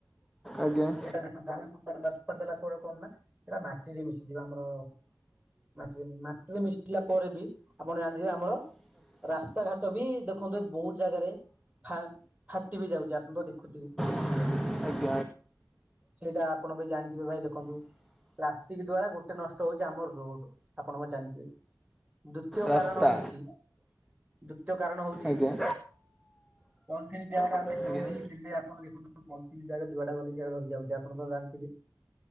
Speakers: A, in the centre; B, on the right.
A: ଆଜ୍ଞା।
B: ସେଟା ଦେଖନ୍ତୁ ଆମେ ଫୋପାଡ଼ି ଦେଲା ପରେ କଣ ନା ସେଟା ମାଟିରେ ମିଶିଯିବ ଆମର। ମାଟିରେ, ମାଟିରେ ମିଶିଲା ପରେ ବି ଆପଣ ଜାଣିଥିବେ ଆମର ରାସ୍ତା ଘାଟ ବି ଦେଖନ୍ତୁ ବହୁତ ଜାଗାରେ ଫା ଫାଟି ବି ଯାଉଛି ଆପଣ ତ ଦେଖୁଥିବେ।
A: <inaudible>
B: ସେଇଟା ଆପଣ ବି ଜାଣିଥିବେ ଭାଇ ଦେଖନ୍ତୁ, ପ୍ଲାଷ୍ଟିକ ଦ୍ଵାରା ଗୋଟେ ନଷ୍ଟ ହଉଛି ଆମର ରୋଡ, ଆପଣ ଜାଣିଥିବେ, ଦ୍ଵିତୀୟ
A: ରାସ୍ତା
B: କାରଣ ହଉଛି ଦ୍ଵିତୀୟ କାରଣ ହଉଛି
A: ଆଜ୍ଞା
B: ପଲଥିନ ବେଗ ଆମେ ଯୋଉଠି
A: ଆଜ୍ଞା
B: ଦେଲେ ଆପଣ ଦେଖନ୍ତୁ ପଲଥିନ ବେଗ ଯୁଆଡେ ଗଲେ ସିଆଡେ ଧରି ଯାଉଛି ଆପଣ ତ ଜାଣିଥିବେ।